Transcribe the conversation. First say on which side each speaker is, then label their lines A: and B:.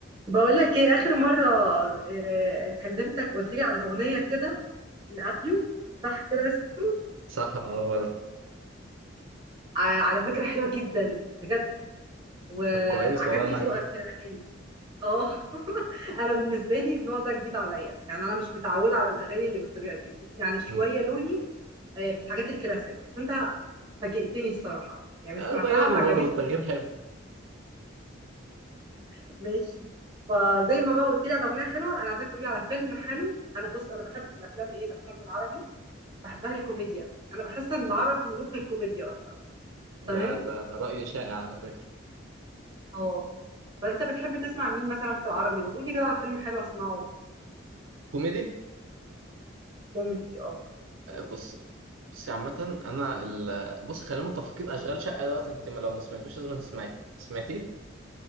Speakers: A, on the right; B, on the right.
A: بقول لك ايه اخر مره آه، كلمتك قلت لي على اغنيه كده لابيو صح كده اسمه
B: صح اه هو ده
A: ع- على فكره حلوه جدا بجد وعجبني
B: طب كويس والله انا
A: ذوقك
B: عجبتك
A: في الاغاني اه <laughs> انا بالنسبه لي النوع ده جديد عليا يعني انا مش متعوده على الاغاني اللي بالطريقه دي يعني شويه
B: م.
A: لوني آه، في الحاجات الكلاسيك بس انت فاجئتني الصراحه يعني
B: آه،
A: سمعتها
B: غيري
A: وعجبتني
B: برضه التغيير حلو
A: <laughs> ماشي فزي ما بقى قلت لي على اغنيه حلوه انا عايزاك تقولي على فيلم حلو انا بص انا بحب في الافلام ايه الافلام العربي بحبها الكوميديا انا بحس ان العرب ملوك الكوميديا اصلا تمام
B: ده ده رأي شائع على فكرة
A: اه فانت بتحب تسمع مين مثلا في العربي وتقولي كده على فيلم حلو اسمعه
B: كوميدي
A: كوميدي اه
B: آه، بص بص عامة انا ال... بص خلينا متفقين اشغال شقة دوت انت ما- لو ما سمعتوش لازم تسمعيه سمعتيه؟